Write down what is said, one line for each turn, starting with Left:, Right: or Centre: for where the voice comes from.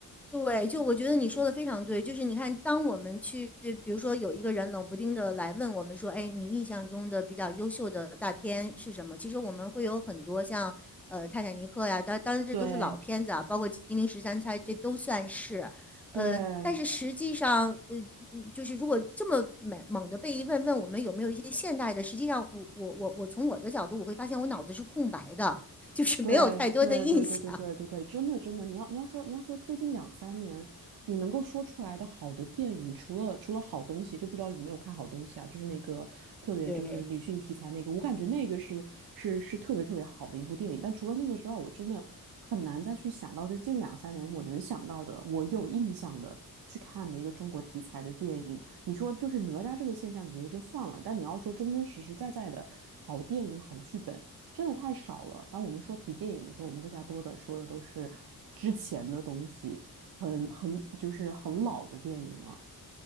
Centre: 对，就我觉得你说的非常对，就是你看，当我们去，比如说有一个人冷不丁的来问我们说，哎，你印象中的比较优秀的大片是什么？其实我们会有很多像，呃，《泰坦尼克》呀，当当然这都是老片子啊，
Right: 对。
Centre: 包括《金陵十三钗》，这都算是，呃，
Right: 对
Centre: 但是实际上，呃，嗯就是如果这么猛猛的被一问问我们有没有一些现代的，实际上我我我我从我的角度，我会发现我脑子是空白的，<laughs> 就是没有太多的印象，
Right: 对对对对对对对对，真的真的，你要你要说你要说最近两三年，你能够说出来的好的电影，除了除了好东西，就不知道有没有看好东西啊？就是那个特别就是女性题材那个，
Centre: 对。
Right: 我感觉那个是是是特别特别好的一部电影。但除了那个之外，我真的很难再去想到最近两三年我能想到的，我有印象的去看的一个中国题材的电影。你说就是哪吒这个现象也就算了，但你要说真真实实在在的好电影、好剧本。真的太少了。当我们说起电影的时候，我们更加多的说的都是之前的东西，很很就是很老的电影了。